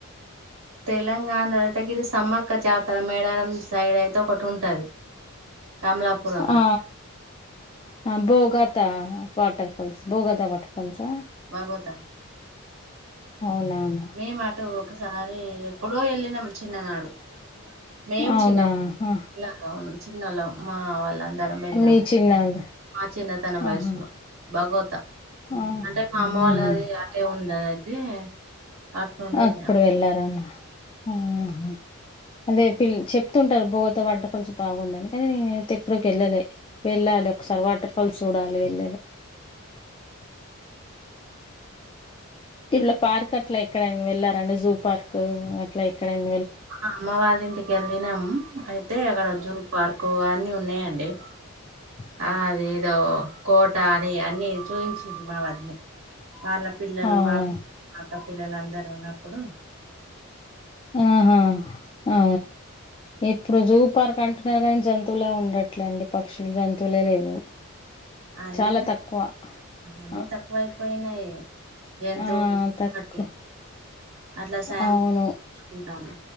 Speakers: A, on the right; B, on the left.
A: తెలంగాణలో అంనంతగిరి సమ్మక్క జాతర మేడారం సైడ్ అయితే ఒకటి ఉంటది కమలాపూరం
B: ఆ!
A: దా
B: ఆ బ్బో గాత వాటర్ ఫాల్స్ బోగాత వాటర్ ఫాల్ల్సా
A: భాగోతా
B: అవునవును.
A: మేము అటు ఒకసారి ఎప్పుడో వెళ్ళినం చిన్ననాడు మేం
B: అవునా!
A: చిన్నమ్
B: ఆ!
A: లా చిన్నల్లాం మావాళ ఇద్దరం వెళ్ళాం
B: మీ చిన్నది
A: మా చిన్నతనం వయసులో
B: ఆహా!
A: భాగోత
B: ఆ!
A: అంటే మా
B: హుహు.
A: అమ్మ వాళ్ళది అటే ఉండెది అయితే అటు నుండి
B: అప్పుడు
A: వెళ్ళాం
B: వెళ్ళారా ఆ హ అదేంటి చెప్తుంటారు బోగత వాటర్ ఫాల్స్ బాగుందని కానీ నేనైతే ఎప్పుడికి వెళ్ళలే వెళ్ళా మాల్ ఒకసారి వాటర్ ఫాల్స్ చూడాలి వెళ్లేది ఇట్లా పార్క్ అట్లా ఎక్కడైనా వెళ్లారండి జూ పార్క్ అట్లా ఎక్కడైకైనా
A: అమ్మవాళ్ళింటికి ఏళ్లినం అయితే అక్కడ జూ పార్కు అన్ని ఉన్నాయంండి
B: చుప్
A: ఆ అదేదో కోట అని అన్ని చూయించింది మా వద్దనే వాళ్ళ పిల్లలు
B: అవునా
A: మా బు మాక్క పిల్లలు అందరుూ ఉన్నప్పుడు
B: ఆహా ఆ ఇప్పుడు జూ పార్క్ అంటున్నారు కానీ జంతువులే ఉండట్లే అండి పక్షులు జంతువులే లేవు
A: అన్నీ
B: చాలా తక్కువ
A: అన్నీ
B: ఆ
A: తక్కువైపోయినై జంతువును
B: ఆ! తక్కువ
A: ఆట్నీ అట్లా శాంపిల్లు
B: అవును
A: తీచుకుంటారు